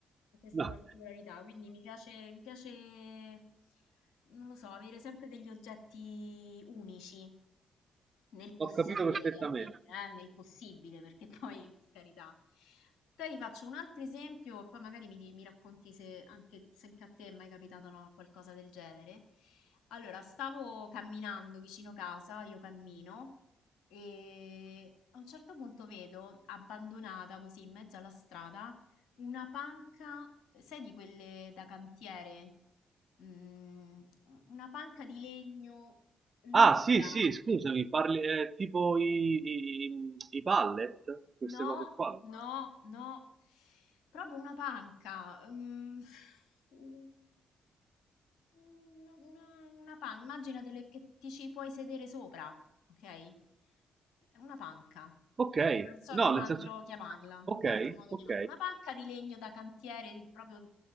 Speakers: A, on the left; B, on the right.
A: questa
B: No,
A: particolarità. Quindi mi piace, mi piace, non lo so, avere sempre degli oggetti unici nel possibile,
B: ho capito perfettamente.
A: chiaramente, eh, nel possibile, perché <laughs> poi, per carità. Poi ti faccio un altro esempio, poi magari mi, di- mi racconti se anche, se anche a te è mai capitato no, qualcosa del genere. Allora, stavo camminando vicino casa, io cammino, e a un certo punto vedo, abbandonata così in mezzo alla strada, una panca, sai di quelle da cantiere? Mm, una panca di legno lunga.
B: Ah, sì, sì, scusami, parli eh, tipo i, i, i pallet, queste
A: No,
B: cose qua.
A: no, no, proprio una panca. mm, mm, una, una- una panca, immagina delle- che ti ci puoi sedere sopra, ok? È una panca.
B: Ok,
A: Non so
B: no,
A: come
B: nel
A: altro
B: senso,
A: chiamarla,
B: ok,
A: in che altro modo
B: ok,
A: chiamarla. Una panca di legno da cantiere, di- proprio